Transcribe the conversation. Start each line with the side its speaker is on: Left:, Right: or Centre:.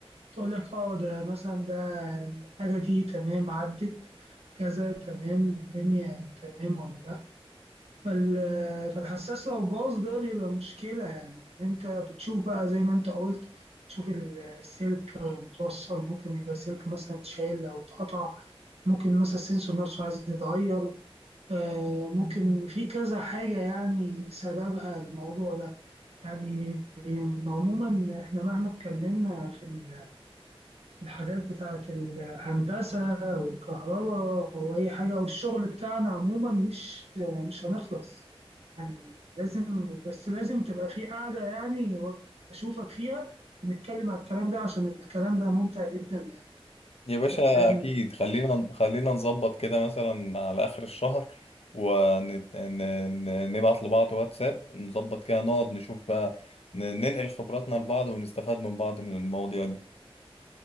Right: تقول لك اه ده مثلا ده الحاجه دي تمام عدت كذا تمام الدنيا تمام ولا لا فال- فالحساس لو باظ ده بيبقى مشكله يعني إن انت بتشوف بقى زي ما انت قلت تشوف ال- السلك متوصل ممكن يبقى سلك مثلا اتشال او اتقطع ممكن مثلا السنسور نفسه عايز يتغير آه، ممكن في كذا حاجة يعني سببها الموضوع ده يعني عموما احنا مهما اتكلمنا في ال- في الحاجات بتاعة الهندسة والكهرباء وأي حاجة والشغل بتاعنا عموما مش مش هنخلص يعني لازم بس لازم تبقى في قاعدة يعني وأشوفك فيها ونتكلم على الكلام ده عشان الكلام ده ممتع جدا يعني
Left: يا باشا
Right: فلازم
Left: اكيد خلينا خلينا نظبط كده مثلا على اخر الشهر ونبعت لبعض واتساب نظبط كده نقعد نشوف بقى ن- ننقل خبراتنا لبعض ونستفاد من بعض من المواضيع دي